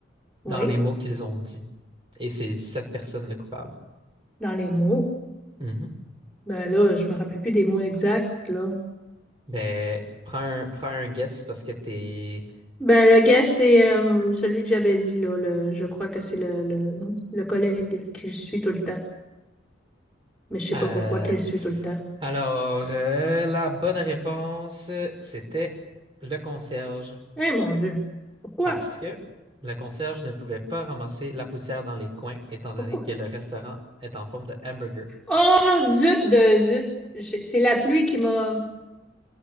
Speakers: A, in the centre; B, on the right.
A: Oui.
B: dans les mots qu'ils ont dit. Et c'est cette personne le coupable.
A: dans les mots.
B: Mhm.
A: Ben là, je me rappelle plus des mots exacts, là.
B: Ben, prends un, prends un guess parce que t'es...
A: Ben, le gars, c'est euh, celui que j'avais dit, là. Le, je crois que c'est le, le, le collègue qui le suit tout le temps. Mais je sais
B: euh,
A: pas pourquoi qu'il le suit tout le temps.
B: Alors, euh, la bonne réponse, c'était le concierge.
A: Eh mon Dieu! Pourquoi?
B: Parce que le concierge ne pouvait pas ramasser la poussière dans les coins, étant donné
A: Pourquoi?
B: que le restaurant est en forme de hamburger.
A: Oh, zut de zut! J'ai- C'est la pluie qui m'a